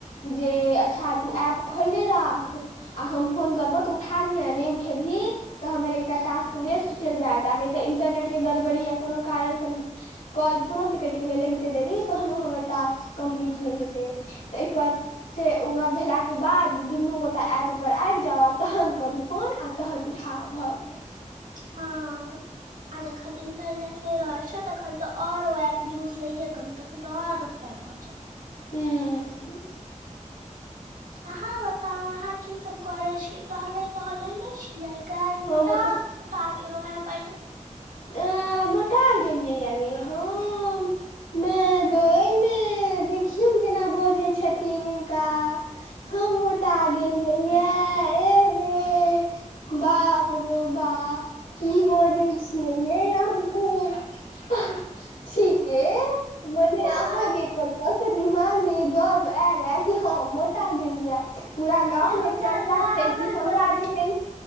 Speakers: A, on the left (about 90°); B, on the right (about 80°).
A: जे अच्छा तू ऐप खोलले राख आ हम फोन करबहु तऽ उठा लिहें नहि उठेबहिं तऽ हमर एकटा टास्क वेस्ट चलि जाएत आ नहि तऽ इंटरनेटके गड़बड़ी या कोनो कारणसँ कॉल तुरन्त कटि गेलै लगितै देरि तहन हमर ओ टास्क कम्प्लीट नहि हेतै तऽ एहिपर से ओ भेलाके बाद दुनू गोटा ऐप पर आबि जाउ आ तहन करू फोन आ तहन उठाव भऽ गेलै
B: हाँ आज एखन इन्टरनेट नै रहै छै तखन तऽ आओर ओ ऐप यूज नहि करतौ तखन तऽ आओर बदत्तर भऽ जाएत
A: हूँ
B: अहाँ बताउ अहाँ की सब करै छी टहले तहले नै छियै काल्हि मोटा
A: हम
B: सोटा गेलो हें बड्ड
A: अंय मोटा गेलियै या हम माअ गै माअ देखियौन केना बजै छथिन हिनका हम मोटा गेलियै या एहे -हे बाप रो बाप की बाजै छी हे यैए अहाँ ठीके मने
B: अरे
A: अहाँके कतौसँ दिमागमे ई गप आएल या कि हम मोटा गेलियै पूरा गाँवमे
B: हमरा
A: चर्चा
B: लागल
A: छै की हमरा
B: कनी
A: जेहन